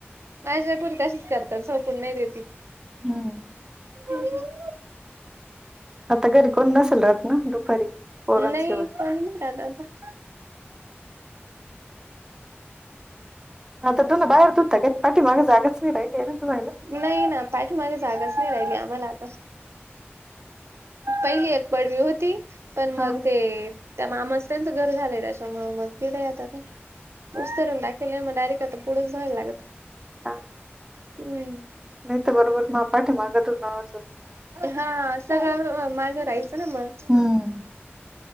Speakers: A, on the right; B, on the right.
A: माझ्या पोरी तशीच करता झोपून नाही देेती
B: हम्म
A: <inaudible> <unintelligible>
B: आता घरी कोणी नसल राहत ना दुपारी पोरांशिवाय
A: नही कोणी नही राहत आता
B: हा तर धुन बाहेर धुता का पाठीमाग जागाच नाही राहिलीये ना धुवायला
A: नाही ना पाठीमागे जागाच नाही राहिली आम्हाला आता पहिली एक पडवी होती पण मग
B: हा
A: ते त्या मामाच त्यांचं घर झालंय त्याच्यामुळ मग तिढयं आता काय उस्तरुन दाखवल्यावर म डायरेक्ट आता पुढच व्हायला लागत.
B: हा <inaudible>
A: हमम.
B: नाही तर बरोबर मग पाठीमाघ धुणार
A: हा सगळा माझ राहायचं ना मग.
B: हम्म